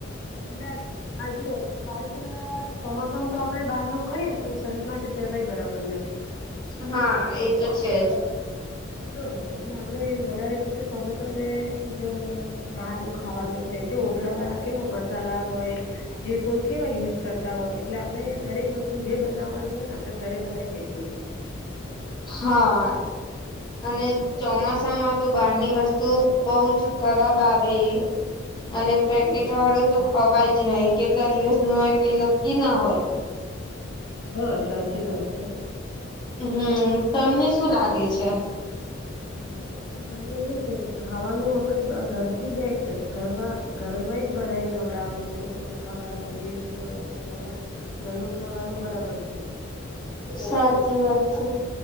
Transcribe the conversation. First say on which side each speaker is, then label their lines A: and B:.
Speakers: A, on the left (about 65°); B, on the left (about 20°).
A: <unintelligible> બારિશ ના સોમાસામા તો આપડે બહાર નું ખાઈએને તો એ શરીર માટે જરાય બરાબર નથી.
B: હા, એ તો છે જ
A: હા એટલે આપડે વધારે પડતે સમસમે જો બારનુ ખાવાનું નહી જો ઓટલા વાળા કેવા મસાલા હોય. જે કોઈ કેવા યુઝ કરતા હોય એટલે આપણેે દરેક વસ્તુ જે બનાવવાની હોય ને આપણે ઘરે બનાવી શકીએ.
B: હા અને
A: બરાબર
B: ચોમાસામાં
A: છે ને
B: બહાર ની વસ્તુ બવજ ખરાબ આવે એ અને પેકેટ
A: હમ
B: વાળું તો ખવાય જ નહી કેટલા દિવસ નું હોય કઈ નક્કી ના હોય.
A: હા સાચી વાત છે.
B: હમ્મ તમને શું લાગે છે.
A: મારે તો, માનવ એ છે, કે ખાવાનું આપડે ઘરથી બેસ્ટ ઘર ઘરમાં જ બનાવીને ખવડાવવાનું છે. છોકરોને ખાવડાવો જે બી ઘર ઘરનું ખાવાનું બરાબર છે.
B: સાચી વાત છે.